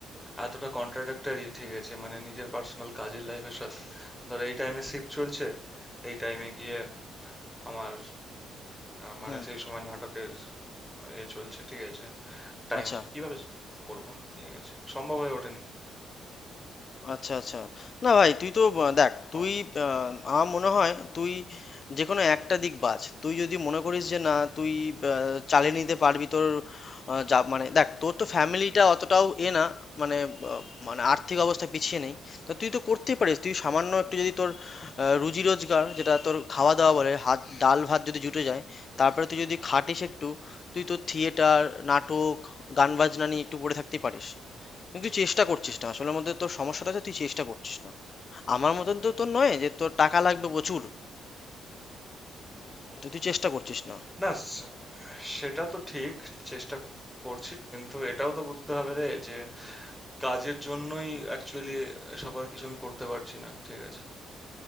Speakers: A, in the centre; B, on the left.
A: এতটা কন্ট্রাডাক্টরি ঠিক আছে মানে নিজের পার্সোনাল কাজের লাইফের সাথে ধরো এই টাইমে শিফট চলছে এই টাইমে গিয়ে আমার আহ, মানে
B: হুম
A: সেই সময় নাটকের আহ, এ চলছে ঠিক আছে টাইম
B: আচ্ছা
A: আছে কিভাবে করব ঠিক আছে সম্ভব হয়ে ওঠেনি
B: আচ্ছা আচ্ছা না ভাই তুই তো আহ, দেখ
A: কম
B: তুই আহ, আমার মনে হয় তুই যে কোনো একটা দিক বাছ তুই যদি মনে করিস যে না তুই আহ, চালিয়ে নিতে পারবি তোর আহ, যা মানে দেখ তোর তো ফ্যামিলিটা অতটাও এ না মানে আহ, মানে আর্থিক অবস্থা পিছিয়ে নেই তো তুই তো করতেই পারিস তুই সামান্য একটু যদি তোর আহ, রুজি রোজগার যেটা তোর খাওয়া দাওয়া বলে হাত ডাল ভাত যদি জুটে যায় তারপরে তুই যদি খাটিস একটু তুই তো থিয়েটার নাটক গান বাজনা নিয়ে একটু পড়ে থাকতেই পারিস কিন্তু তুই চেষ্টা করছিস না আসলে মধ্যে তোর সমস্যাটা হচ্ছে তুই চেষ্টা করছিস না আমার মতন তো তোর নয় যে তোর টাকা লাগবে প্রচুর তো তুই চেষ্টা করছিস না
A: না স- সেটা তো ঠিক চেষ্টা করছি কিন্তু এটাও তো বুঝতে হবে রে যে কাজের জন্যই অ্যাকচুয়ালি এসব আর কিছু আমি করতে পারছি না ঠিক আছে